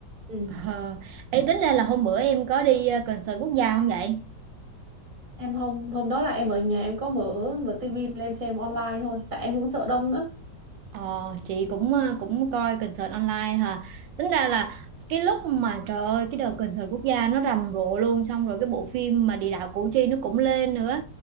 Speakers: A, on the right; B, on the right.
A: ừ.
B: Ờ, ấy tính ra là hôm bữa em có đi, ơ, concert quốc gia không vậy?
A: em hôm hôm đó là em ở nhà em có mở mở tivi lên em xem online thôi tại em cũng sợ đông nữa
B: Ờ, chị cũng ờ, cũng coi concert online hả tính ra là cái lúc mà trời ơi cái đợt concert quốc gia nó rầm rộ luôn xong rồi cái bộ phim mà địa đạo Củ Chi nó cũng lên nữa